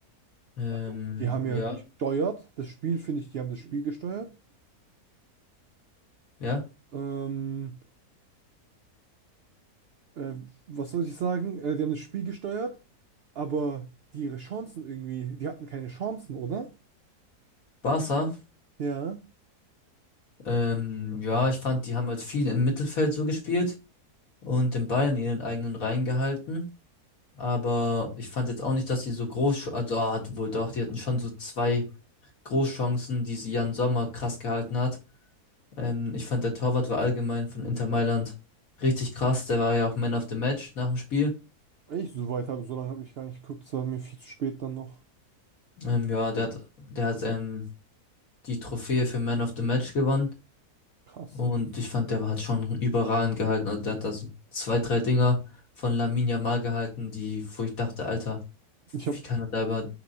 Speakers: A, on the left; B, on the right.
A: Ähm,
B: Also die haben ja
A: ja.
B: Ja. gesteuert, das Spiel finde ich, die haben das Spiel gesteuert.
A: Ja,
B: Ähm, äh, was soll ich sagen? Äh, die haben das Spiel gesteuert, aber die ihre Chancen irgendwie, die hatten keine Chancen, oder?
A: Barca.
B: Ja.
A: Ähm, ja, ich fand, die haben halt viel im Mittelfeld so gespielt und den Ball in ihren eigenen Reihen gehalten. Aber ich fand jetzt auch nicht, dass sie so groß, also ah, hat wohl doch, die hatten schon so zwei Großchancen, die sie Jan Sommer krass gehalten hat. Ähm, ich fand, der Torwart war allgemein von Inter Mailand richtig krass. Der war ja auch Man of the Match nach dem Spiel.
B: Ich, so weit habe, so lange habe ich gar nicht geguckt, es war mir viel zu spät dann noch.
A: Ähm, ja, der hat, der hat ähm, die Trophäe für Man of the Match gewonnen.
B: Krass.
A: Und ich fand, der war- hat schon überragend gehalten. Also der hat da so zwei, drei Dinger von Lamine Yamal gehalten, die, wo ich dachte, Alter,
B: Ich habe
A: wie kann er da über,